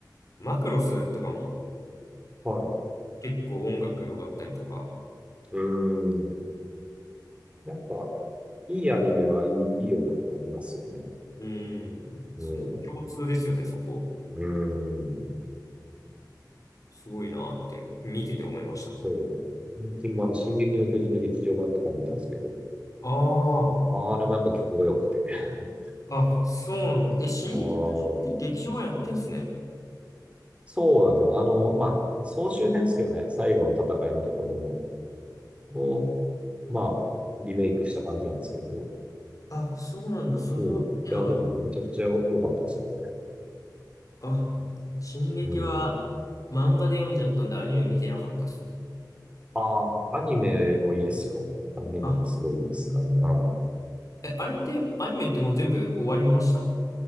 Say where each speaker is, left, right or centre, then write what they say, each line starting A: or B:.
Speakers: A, on the left (about 50°); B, on the right (about 15°).
A: マクロスとかも
B: はい。
A: 結構音楽良かったりとか。
B: うん。やっぱ、いいアニメはいい、いい音楽がありますよね。
A: うーん、そ共通ですよね、
B: うん。
A: そこ。
B: うん。
A: すごいなーって、見てて思いました。
B: そう。最近もあの、進撃の巨人の劇場版とか見たんですけど、
A: ああ、
B: あれもやっぱ曲が良くて。<laughs>
A: あ、そうなんだ。え、進撃の巨人って劇場はやってんすね。
B: うん。そうなんですよ。あの、まあ、総集編ですけどね、最後の戦いのところの、もう、まあ、リメイクした感じなんですけど、
A: あ、そうなんだ。それは見てなかった。
B: そう。いや、でも、めちゃくちゃ良かったです、あれ。
A: あ、進撃は
B: うん。
A: 漫画で読んじゃったんでアニメ見てなかったですね。
B: ああ、アニメもいいですよ。アニメもすごいいいです。
A: あ、うん
B: うん。
A: え、あれってアニメってもう全部終わりました